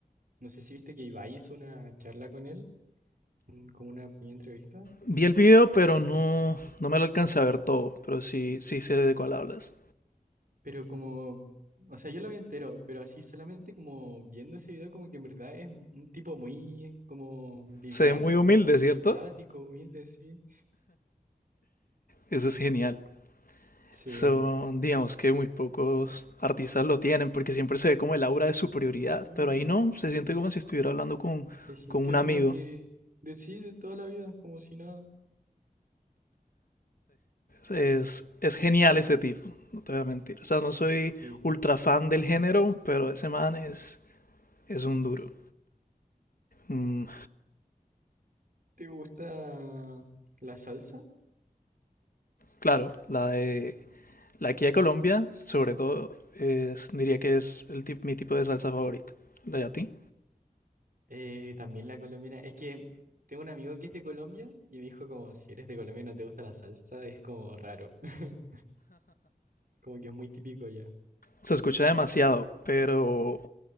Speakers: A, on the right (about 60°); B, on the left (about 65°).
A: no sé si viste que Ibai hizo una charla con él, un- como una pequeña entrevista,
B: Vi el video, pero
A: pero,
B: no, no me lo alcancé a ver todo, pero sí, sí sé de cuál hablas.
A: pero como, o sea, yo lo vi entero, pero así solamente como viendo ese video, como que en verdad es un tipo muy como liviano,
B: Se ve muy humilde,
A: como
B: ¿cierto?
A: simpático, humilde, sí.
B: Eso es genial.
A: Sí,
B: Son, digamos que muy pocos artistas lo tienen, porque siempre se ve como el aura de superioridad,
A: sí.
B: pero ahí no, se siente como si estuviera hablando con,
A: Se sintió
B: con un amigo.
A: como que de sí, de toda la vida, como si nada.
B: Es, es genial ese tipo, no te voy a mentir. O sea, no soy
A: Sí.
B: ultra fan del género, pero ese man es, es un duro. Mm,
A: ¿Te gusta la salsa?
B: claro, la de la aquí de Colombia, sobre todo, es- diría que es el tip- mi tipo de salsa favorita. ¿La de a ti?
A: Eh, también la colombiana. Es que tengo un amigo que es de Colombia y me dijo como, si eres de Colombia y no te gusta la salsa, es como raro. <laughs> Como que es muy típico ya.
B: Se escucha demasiado, pero